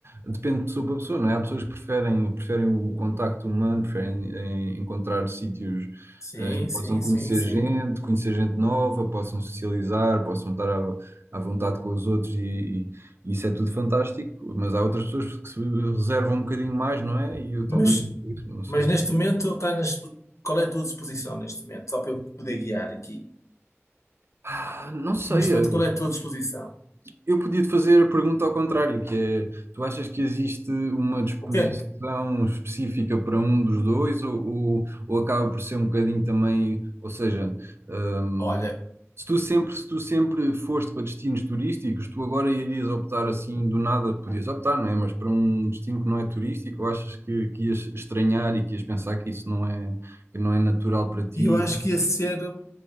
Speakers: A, on the right (about 55°); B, on the left (about 80°).
A: depende de pessoa para pessoa, não é? Há pessoas que preferem, preferem o contacto humano, preferem eh, encontrar sítios
B: sim,
A: eh, em que
B: sim,
A: possam conhecer
B: sim, sim.
A: gente, conhecer gente nova, possam socializar, possam estar à, à vontade com os outros e, isso é tudo fantástico, mas há outras pessoas que se reservam um bocadinho mais, não é? E eu talvez
B: Mas,
A: não, não sei.
B: mas neste momento, está nas, qual é a tua disposição neste momento? Só para eu poder guiar aqui.
A: Ah, não sei,
B: Neste momento,
A: eh,
B: qual é a tua disposição?
A: eu podia te fazer a pergunta ao contrário, que é, tu achas que existe uma disposição
B: O que é que,
A: específica para um dos dois ou, ou, ou acaba por ser um bocadinho também, ou seja, hum,
B: olha,
A: Se tu sempre, se tu sempre foste para destinos turísticos, tu agora irias optar assim do nada, podias optar, não é? Mas para um destino que não é turístico, ou achas que, que ias estranhar e que ias pensar que isso não é, que não é natural para ti?
B: E eu acho que ia ser,